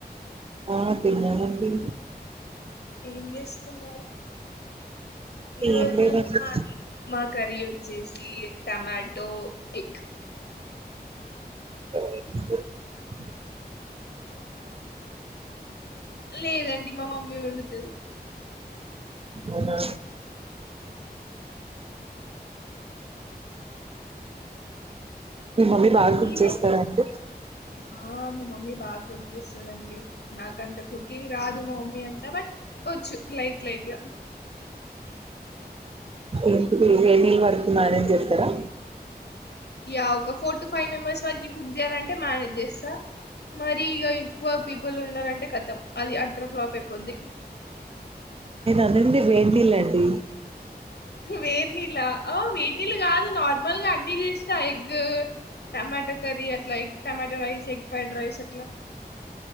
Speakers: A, on the right; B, on the left.
A: ఆ తిన్నానండి
B: ఏం చేస్తున్నారు ఈరోోజు
A: ఏం లేదండి
B: మాది మా కర్రీ వచ్చేసి టమాటో ఎగ్
A: ఆహ
B: లేదండి మా మమ్మీ వండుతది
A: అహ మీ మమ్మీ బాగ
B: మీదేం
A: కుక్ చేస్తారంండి
B: ఆ మా మమ్మీ బాగ కుక్ చేస్తుందండి నాకంత కుకింగ్ రాదు మా మమ్మీ అంతా బట్ వచ్చు లైట్ లైట్ గా
A: ఎంటి హెవీ వర్కు మేనేజ్ చేస్తారా
B: యా ఒక ఫోర్ టు ఫైవ్ మెంబర్స్ వరకు కుక్ చేయాలంటే మేనేజ్ చేస్తా మరి రీ ఇగ ఎక్కువ పీపుల్ ఉన్నారంటే కతం అది అట్టర్ ఫ్లాప్ అయిపోద్ది
A: అదండీ వేడ్ నీల్లండి
B: వెన్నిల్ల అ వెన్నిళ్ళు కాదు నార్మల్గ అన్ని చేస్తా ఎగ్ టమాటా కర్రీ అట్ల egg tomato rice egg fried rice అట్లా